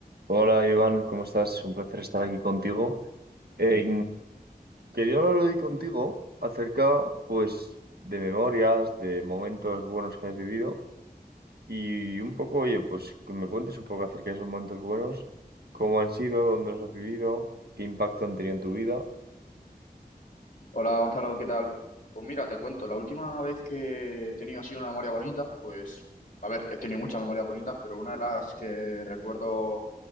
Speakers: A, on the right (about 80°); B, on the left (about 60°).
A: Hola Iván, ¿cómo estás? Un placer estar aquí contigo. Eh, quería hablar hoy contigo acerca, pues, de memorias, de momentos buenos que has vivido y un poco, oye, pues, que me cuentes un poco acerca de esos momentos buenos, cómo han sido, dónde los has vivido, qué impacto han tenido en tu vida.
B: Hola Gonzalo, ¿qué tal? Pues mira, te cuento, la última vez que he tenido así una memoria bonita, pues, a ver, he tenido muchas memorias bonitas, pero una de las que recuerdo